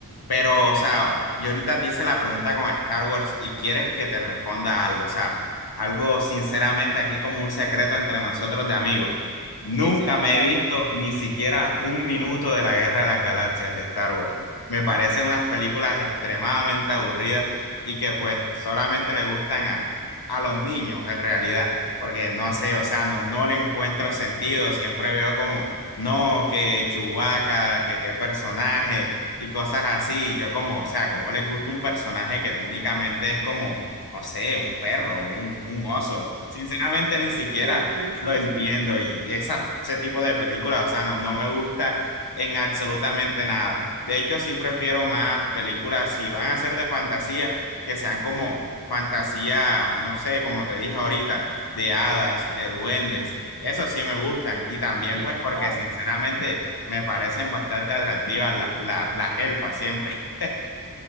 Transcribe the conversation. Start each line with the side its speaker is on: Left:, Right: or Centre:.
Left: Pero, o sea, yo ahorita te hice la pregunta con Star Wars y quieres que te responda algo, o sea, algo sinceramente aquí como un secreto entre nosotros de amigos. Nunca
Right: Sí, sí, claro,
Left: me he visto
Right: adelante.
Left: ni siquiera un minuto de la Guerra de las Galaxias de Star Wars. Me parecen unas películas extremadamente aburridas y que pues solamente le gustan a, a los niños en realidad, porque no sé, o sea, no, no le encuentro sentido, siempre veo como, no, que Chewbacca, que qué personaje y cosas así. Y yo como, o sea, como les gusta un personaje que técnicamente es como, no sé, un perro, un, un oso. Sinceramente ni siquiera
Right: Sí, sí, sí,
Left: lo entiendo.
Right: sí.
Left: Y esa, ese tipo de películas, o sea, no, no me gusta en absolutamente nada. De hecho, sí prefiero más películas, si van a ser de fantasía, que sean como fantasía, no sé, como te dije ahorita, de hadas, de duendes. Eso sí me gustan. Y también
Right: Sí,
Left: pues
Right: sí,
Left: porque
Right: no,
Left: sinceramente me parecen bastante atractivas la- la- las elfas siempre.